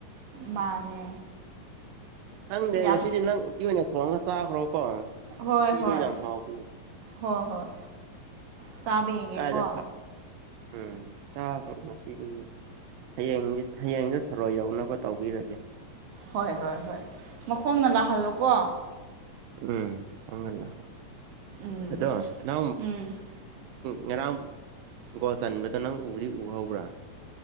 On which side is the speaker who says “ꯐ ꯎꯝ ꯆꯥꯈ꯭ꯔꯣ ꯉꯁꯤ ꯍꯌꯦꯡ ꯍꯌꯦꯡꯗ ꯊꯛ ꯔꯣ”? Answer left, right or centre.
Right